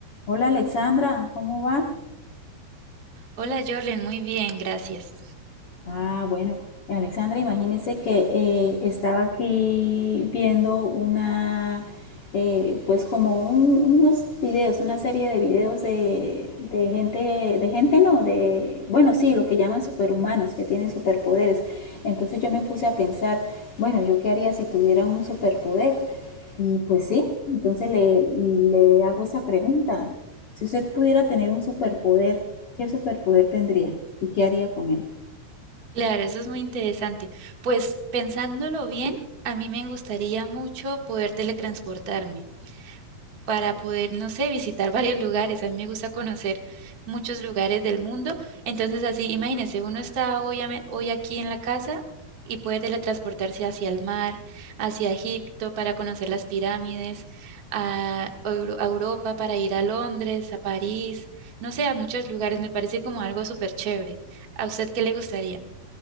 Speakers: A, on the left; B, on the right.
A: Hola Alexandra, ¿cómo va?
B: Hola Jorlen, muy bien, gracias.
A: Ah, bueno, Alexandra, imagínese que eh, estaba aquí viendo una, eh, pues como un- unos videos, una serie de videos de, de gente, de gente no, de, bueno, sí, lo que llaman superhumanos, que tienen superpoderes. Entonces yo me puse a pensar, bueno, ¿yo qué haría si tuviera un superpoder? Y pues sí, entonces le, le hago esa pregunta. Si usted pudiera tener un superpoder, ¿qué superpoder tendría y qué haría con él?
B: Claro, eso es muy interesante. Pues pensándolo bien, a mí me gustaría mucho poder teletransportarme. para poder, no sé, visitar <laughs> varios lugares. A mí me gusta conocer muchos lugares del mundo. Entonces, así, imagínense, uno está hoy, ame- hoy aquí en la casa y puede teletransportarse hacia el mar, hacia Egipto para conocer las pirámides, a, Euro- a Europa para ir a Londres, a París, no sé, a muchos lugares. Me parece como algo súper chévere. ¿A usted qué le gustaría?